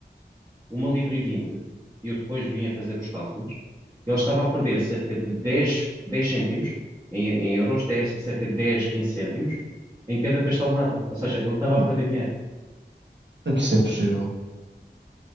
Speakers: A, on the right; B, on the right.
A: uma libra e vinte, eu depois vim a fazer os cálculos, ele estava a perder cerca de 10 10 cêntimos, em, em euros, 10, cerca de 10 15 cêntimos, em cada pastel de nata. Ou seja, ele estava a
B: Como
A: perder dinheiro.
B: é que isso é possível?